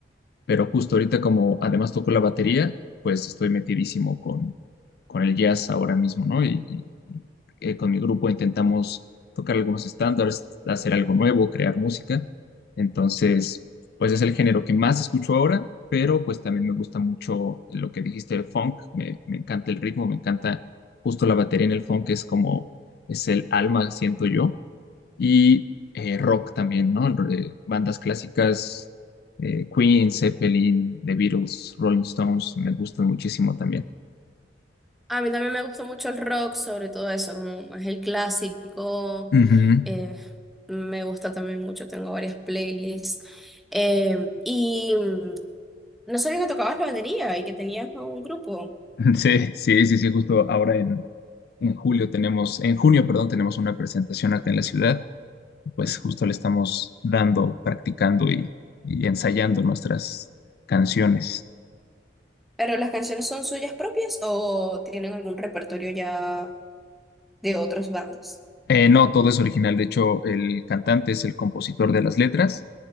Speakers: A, on the left (about 60°); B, in the centre.
A: Pero justo ahorita como además toco la batería, pues estoy metidísimo con, con el jazz ahora mismo, ¿no? Y, y- y, eh, con mi grupo intentamos tocar algunos estándares, hacer algo nuevo, crear música. Entonces, pues es el género que más escucho ahora, pero pues también me gusta mucho lo que dijiste, el funk. Me, me encanta el ritmo, me encanta justo la batería en el funk, es como es el alma, siento yo y eh, rock también, ¿no? Eh, bandas clásicas, eh, Queen, Zeppelin, The Beatles, Rolling Stones, me gustan muchísimo también.
B: A mí también me gusta mucho el rock, sobre todo eso, como más el clásico.
A: Ujú.
B: eh, me gusta también mucho, tengo varias playlists. Eh, y mm, no sabía que tocabas la batería y que tenías un grupo.
A: <laughs> Sí, sí, sí, sí, justo ahora en, en julio tenemos, en junio, perdón, tenemos una presentación acá en la ciudad, pues justo le estamos dando, practicando y, y ensayando nuestras canciones.
B: ¿Pero las canciones son suyas propias o tienen algún repertorio ya de otras bandas?
A: Eh, no, todo es original. De hecho, el cantante es el compositor de las letras